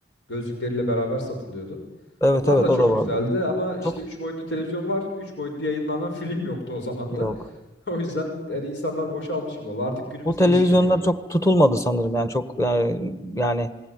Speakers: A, on the left; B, on the left.
A: Gözlükleriyle beraber satılıyordu.
B: Evet
A: Onlar
B: evet
A: da çok
B: o da vardı.
A: güzeldi ama işte
B: Çok
A: 3 boyutlu televizyon var. üç boyutlu yayınlanan <laughs> film yoktu o zaman
B: yok.
A: da. <laughs> O yüzden yani insanlar boşa almış gibi oldu. Artık günümüzde
B: Bu televizyonlar
A: iş görüyor.
B: çok tutulmadı sanırım yani çok yani, yani